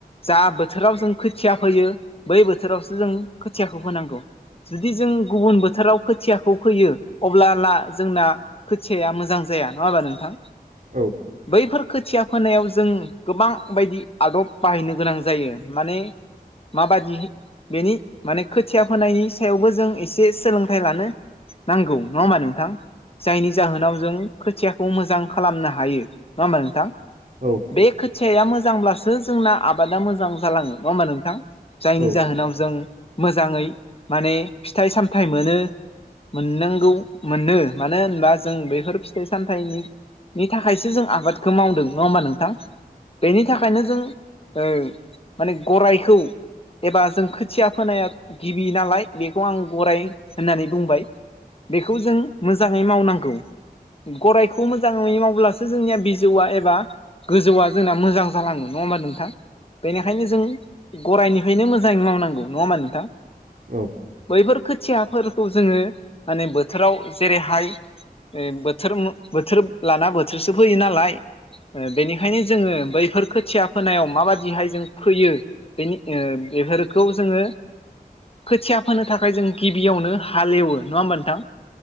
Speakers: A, on the left; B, on the right.
A: जा बोथोराव जों खोथिया फोयो बै बोथोरावसो जों खोथियाखौ फांगौ। जुदि जों गुबुन बोथोराव खोथियाखौ फैयो अब्लाला जोंना खोथियाया मोजां जाया नङा होमबा नोंथां?
B: औ
A: बैफोर खोथिया फोनायाव जों गोबां बायदि आदब बाहायनो गोनां जायो माने माबादि बेनि माने खोथिया फोनायनि सायावबो जों एसे सोलों थाय लानो नांगौ नंङा होमबा नोंथां? जायनि जाहोनाव जों खोथियाखौ मोजां खालामनो हायो नंङा होमा नोंथां?
B: औ
A: बे खोथिाया मोजांब्लासो जोंना आबादा मोजां जालांङो नंङा होमबा नोंथां? जायनि
B: औ
A: जाहोनाव
B: औ
A: जों मोजांङै माने फिथाइ सामथाइ मोनो। मोननांगौ मोनो मानो होनबा जों बेफोर फिथाइ सामथाइनि नि थाखायसो जों आबादखौ मावदों नंङा होमबा नोंथां? बेनि थाखायनो जों ओ माने गरायखौ एबा जों खोथिया फोनाया गिबि नालाय बेखौ आं गराय होननानै बुंबाय बेखौ जों मोजांङै मावनांगौ। ग'रायखौ मोजांङै मावब्लासो जोंनिया बिजौआ एबा गोजौआ जोंना मोजां जालांङो नंङा होमबा नोंथां? बेनिखायनो जों गररायनिफ्रायनो मोजांङै मावनांगौ नंङा होनबा नोंथां?
B: औ
A: बैफोर खोथियाफोरखौ जोंङो माने बोथोराव जेरैहाय बोथोर बोथोर लाना बोथोरसो फैयो नालाय बेनिखायनो जोंङो बैफोर खोथिया फोनायाव माबाददिहाय जों फोयो बेनि बेफोरखौ जोंङो खोथिया फोनो थाखाय जों गि गिबियावनो हालेवो नंङा होमबा नोंथां?